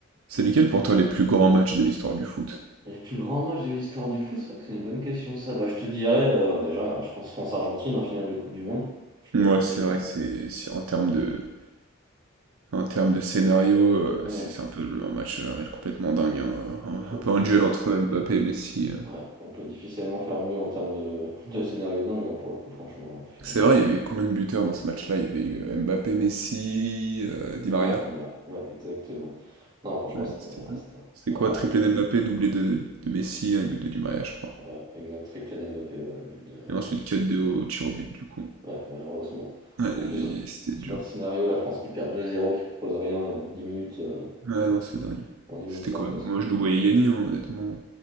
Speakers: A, on the right (about 90°); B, on the right (about 20°).
A: C'est lesquels pour toi les plus grands matchs de l'histoire du foot?
B: Le plus grand match de l'histoire du foot, c'est vrai que c'est une bonne question ça. Bah, je te dirais, heu, déjà, je pense France-Argentine en finale de coupe du monde. Je vais pas
A: Ouais,
B: te mentir.
A: c'est vrai que c'est c'est- en termes de en termes de scénario, euh,
B: On
A: c'est c'est un peu le- un match, euh, un match complètement dingue, hein, euh,
B: peut
A: Un, un peu
B: difficilement
A: un duel entre Mbappé et Messi. euh.
B: ouais, on peut difficilement faire mieux en termes de de scénario dingue, hein, pour le coup, franchement, finale
A: C'est
B: de
A: vrai,
B: coupe
A: il y avait eu combien de buteurs dans ce match-là? Il y avait eu euh, Mbappé, Messi, euh, Di
B: Di
A: Maria.
B: Maria, ouais, exactement. Non, franchement,
A: Ouais,
B: c'était,
A: non, c'était
B: ouais, c'était
A: c'était
B: pas
A: quoi?
B: mal.
A: Triplé d'Mbappé, doublé de, de Messi, un but de Di Maria, je crois.
B: Ouais, exact, triplé d'Mbappé, ouais, but de Mbappé.
A: Et ensuite quatre 2 au tir au but du coup.
B: ouais, malheureusement.
A: Aïe
B: En plus,
A: aïe aïe, aïe, c'était
B: tu
A: dur.
B: vois le scénario, la France qui perd 2-0, qui propose rien et en dix minutes, heu,
A: Ouais, non, c'est dingue.
B: en 10
A: C'était
B: minutes, ça
A: quoi?
B: rebascule.
A: Moi, je nous voyais gagner, hein, honnêtement.